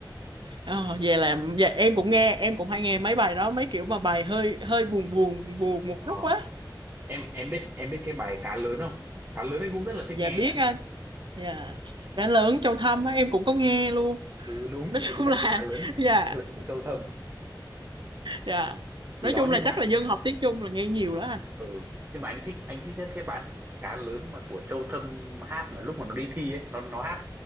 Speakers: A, on the right; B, on the right.
A: Ờ, vậy là dạ, em cũng nghe em cũng hay nghe mấy bài đó mấy kiểu mà bài hơi hơi buồn buồn buồn một
B: ờ,
A: chút quá
B: em em biết em biết cái bài cá lớn không cá lớn anh cũng rất là thích
A: dạ
B: nghe
A: biết
B: nha
A: anh dạ đã lớn trong thâm á em cũng có nghe luôn
B: ừ
A: <laughs>
B: đúng
A: nói
B: chính
A: chung
B: xác
A: là
B: cá lớn
A: <laughs> dạ
B: cá lớn của Châu Thâm
A: dạ nói
B: thì đó
A: chung
B: nhưng
A: là chắc
B: mà
A: là dân học tiếng Trung là nghe nhiều đó à
B: ừ nhưng mà anh thích anh thích nhất cái bản cá lớn mà của Châu Thâm hát mà lúc mà nó đi thi ấy nó nó hát